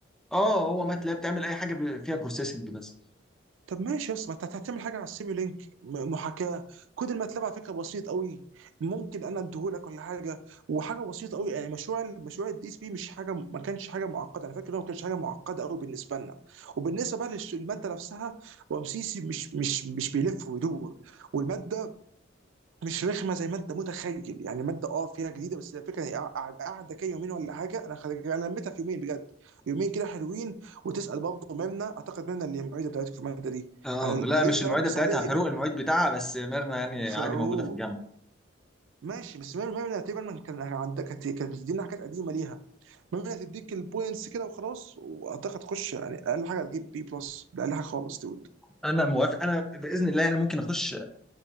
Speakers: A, in the centre; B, on the right.
A: اه هو ماتلاب تعمل اي حاجه ب- فيها بروسيسنج بس
B: طب ماشي يا اسطى ما انت هتعمل حاجه على السيميو لينك م- محاكاه كود الماتلاب على فكره بسيط قوي ممكن انا اديهولك ولا حاجه وحاجه بسيطه قوي يعني مشروع ال- مشروع الدي اس بي مش حاجه ما كانش حاجه معقده انا فاكر انه ما كانش حاجه معقده قوي بالنسبه لنا وبالنسبه بقى للماده نفسها رمسيسي مش مش مش بيلف ويدور والماده مش رخمه زي ما انت متخيل يعني ماده اه فيها جديده بس الفكره هي قاعد- قاعده كده يومين ولا حاجه انا خرج انا لميتها في يومين بجد يومين كده حلوين وتسال برضه ممنا اعتقد ممنا اللي المعيده بتاعتكم في الماده دي
A: اه
B: على ال-
A: لا
B: ايه
A: مش
B: اللي
A: المعده
B: ركز
A: بتاعتها
B: عليه
A: فاروق
B: من
A: المعيد بتاعها بس ميرنا يعني
B: فروق
A: عادي موجوده في الجامعه
B: ماشي بس ممنا ممنا تقريبا من كان عندك كانت كانت بتدينا حاجات قديمه ليها ممنا تديك البوينتس كده وخلاص واعتقد تخش يعني اقل حاجه هتجيب بي بلس ده اقل حاجه خالص دود
A: انا موافق انا باذن الله انا ممكن اخش